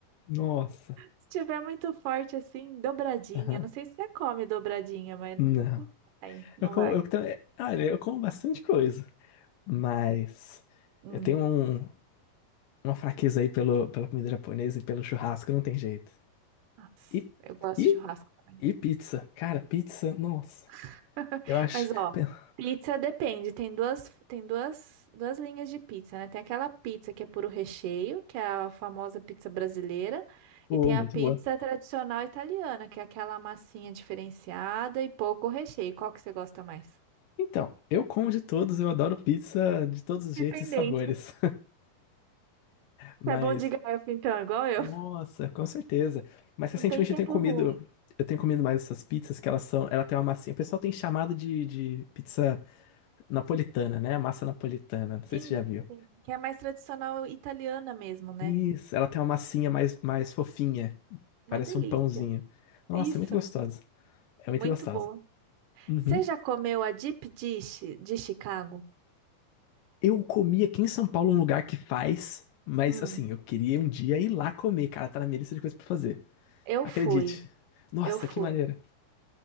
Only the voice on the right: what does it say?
Se tiver muito forte assim, dobradinha.
Não sei se você come dobradinha, mas
não, não vai, não
vai.
Hum,
nossa,
eu gosto
de churrasco também.
<laughs>
Mas ó,
pizza depende. Tem duas, tem duas, duas linhas de pizza, né? Tem aquela pizza que é puro recheio, que é a famosa pizza brasileira,
e tem
a pizza
tradicional italiana, que é aquela massinha diferenciada e pouco recheio. Qual que você gosta mais?
Dependente.
Você é bom de garfo, então, igual eu.
<laughs>
Não tem tempo
ruim.
Sim,
sim. Que é mais tradicional italiana mesmo, né?
Uma delícia.
Isso,
muito
boa.
Você já comeu a deep dish de Chicago?
Hum,
eu
fui,
eu fui.
<laughs>